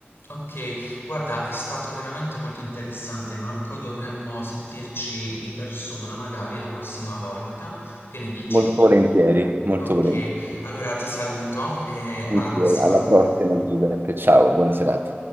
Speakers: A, on the left; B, on the right.
A: Ok, guarda, è stato veramente molto interessante, Marco. Dovremmo sentirci di persona magari la prossima volta. Che ne dici?
B: Molto volentieri, molto
A: Ok,
B: volentieri.
A: allora ti saluto e
B: Anch'io,
A: alla prossima.
B: alla prossima Giuseppe, ciao, buona serata.